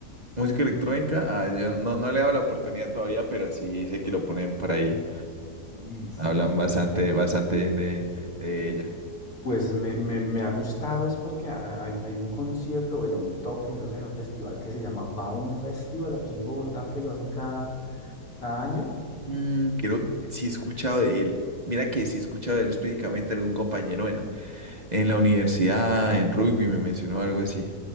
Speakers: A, on the right; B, on the left.
A: Música electrónica, ah, yo no, no le he dado la oportunidad todavía, pero sí sé que lo ponen por ahí.
B: Y sí,
A: Hablan bastante, bastante bien de, de ella.
B: pues me, me, me ha gustado es porque ha- hay, hay un concierto, bueno, un toque, no sé, un festival que se llama Baum Festival aquí en Bogotá, que lo hacen cada, cada año.
A: Mm, creo, sí he escuchado de él. Mira que sí he escuchado de él específicamente algún compañero en, en la universidad, en rugby, me mencionó algo así.